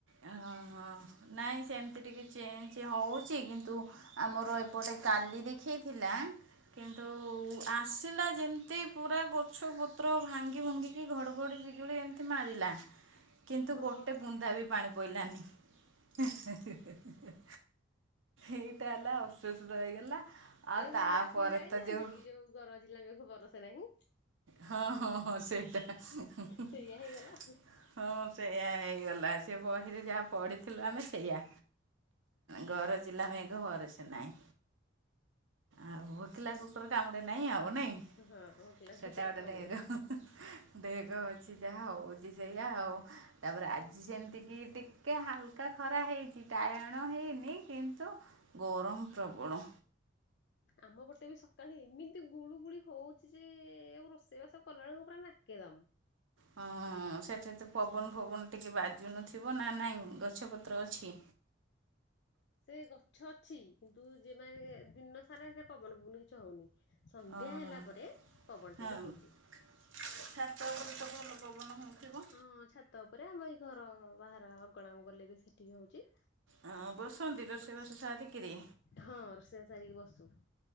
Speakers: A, on the right (about 80°); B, on the left (about 60°).
A: ହ ହଁ ନାହିଁ ସେମିତି ଟିକେ ଚେଞ୍ଜ ହେଉଛି କିନ୍ତୁ ଆମର ଏପଟେ କାଲି ଦେଖେଇଥିଲା କିନ୍ତୁ ଆସିଲା ଯେମିତି ପୁରା ଗଛ ପତ୍ର ଭାଙ୍ଗି ଭୁଙ୍ଗି କି ଘଡ଼ଘଡ଼ି ବିିଜୁଳି ଏମିତି ମାରିଲା କିନ୍ତୁ
B: ଓହୋ।
A: ଗୋଟେ ବୁନ୍ଦା ବି ପାଣି ପଇଲାନି। <unintelligible> ଏଇଟା ହେଲା ଅସସ୍ଥ ହେଇଗଲା ଆଉ ତାପରେ
B: ସେ ଆପଣ ଜାଣିନାହାନ୍ତି
A: ତ ଯୋଉ
B: କି ଗରଜିଲା ମେଘ ବରସେ ନାହିଁ।
A: ହଁ ହଁ ହଁ, ସେଇଟା। <unintelligible>
B: ସେଇଆ ହେଇଗଲା।
A: ହଁ ସେଇୟା ହେଇଗଲା, ସେ ବହିରେ ଯାହା ପଢିଥିଲୁ ଆମେ, ସେଇୟା। ଘରଜିଲା ମେଘ ବରଷେ ନାଇଁ। ଆଉ ଭୋକିଲା କୁକୁର କାମୁଡେ ନାଇଁ। ଆଉ ନାଇଁ।
B: ହଁ।
A: ସେଟା
B: କୁକୁର
A: ଗୋଟେ
B: କାମୁଡେ
A: ଢେଗ, ଢେକ ଅଛି ଯାହା ହଉଛି ସେଇଆ ଆଉ। ତାପରେ ଆଜି ସେମିତି କି ଟିକେ ହାଲକା ଖରା ହେଇଛି, ଟାୟଣ ହେଇନି କିନ୍ତୁ ଗରମ ପ୍ରବଳ।
B: ଆମ ପଟେ ବି ସକାଳେ ଏମିତି ଗୁଳୁ ଗୁଳି ହଉଛି ଯେ, ଆଉ ରୋଷେଇବାସ କଲାବେଳକୁ ପୁରା ନାକେଦମ।
A: ହଁ ସେଠି ତ ପବନ ଫବନ ଟିକେ ବାଜୁନଥିବ, ନା ନାଇଁ ଗଛପତ୍ର ଅଛି?
B: ସେ ଗଛ ଅଛି। କିନ୍ତୁ ଯେମାନେ ଦିନ ସାରା ସେରେ ପବନ ପଉନ କିଛି ହେଉନି ସନ୍ଧ୍ୟା
A: ଓହୋ
B: ହେଲା ପରେ ପବନ
A: ହଁ
B: ଟିକେ ହେଉଛି।
A: ଛାତ ଉପରେ ତ ଭଲ ପବନ ହଉଥିବ?
B: ହୁଁ ଛାତ ଉପରେ ଆମ ଏଇ ଘର ବାହାର ଅଗଣାକୁ ଗଲେ ବି ସେଠି ବି ହଉଛି।
A: ହଁ ବସନ୍ତି ରୋଷେଇବାସ ସାରି କିରି
B: ହଁ ରୋଷେଇଆ ସାରିକି ବସୁ।